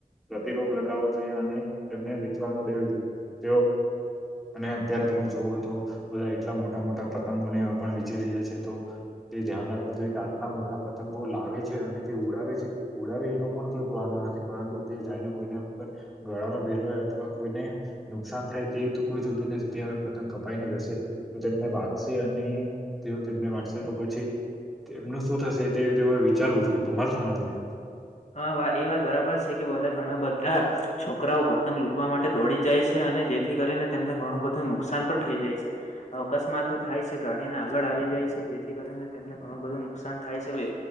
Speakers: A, in the centre; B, on the left.
A: પ્રતિરોપ લગાવવો જોઈએ અને તેમને વેચવા ન દેવી જોઈએ. તેઓ અને અત્યારે તમે જોવો તો બધા એટલા મોટા મોટા પતંગોને પણ વેચી રહ્યા છે તો તે ધ્યાન રાખવું જો કે આટલા મોટા પતંગો લાવે છે અને તે ઉડાવે છે ઉડાવે એનો પણ કોઈ વાંધો નથી. પરંતુ તે જઈને કોઈને ગાળામાં ભેરવાય અથવા કોઈને નુકસાન થાય તે તો કોઈ જોતું નથી તે હવે પતંગ કપાઈને જશે તો તેમને વાગશે અને તેઓ શે તો પછી તેમનું શું થશે તે તેઓ વિચારવું જોઈએ. તમાર શું માનવું છે?
B: હા, વા એ વાત બરાબર છે કે બધા ઘણા બધા છોક રાઓ પતંગ લૂંટવા માટે દોડી જાય છે અને જેથી કરીને તેમને ઘણું બધું નુકસાન પણ થઇ જાય છે. અકસ્માતો થાય છે, ગાડીને આગળ આવી જાય છે. જેથી કરીને તેમને ઘણું બધું નુકસાન થાય છે.